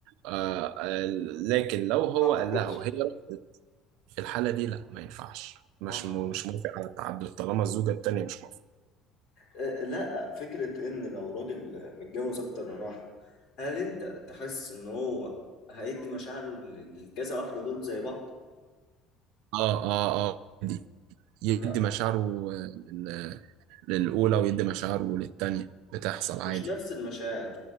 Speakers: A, on the right; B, on the left.
A: آه آه، لكن لو هو
B: أعتقد
A: قال لها وهي رفضت، في الحالة دي لا ما ينفعش مش
B: ما اعتقدش
A: م- مش موافق على التعدد طالما الزوجة التانية مش موافقة
B: آه، لا فكرة ان لو راجل متجوز اكتر من واحدة هل انت تحس ان هو هيدي مشاعره لل- للكذا واحدة دول زي بعض؟
A: اه اه اه يدي يدي
B: لا
A: مشاعره آه، لل- للأولى ويدي مشاعره للتانية بتحصل
B: مش
A: عادي
B: نفس المشاعر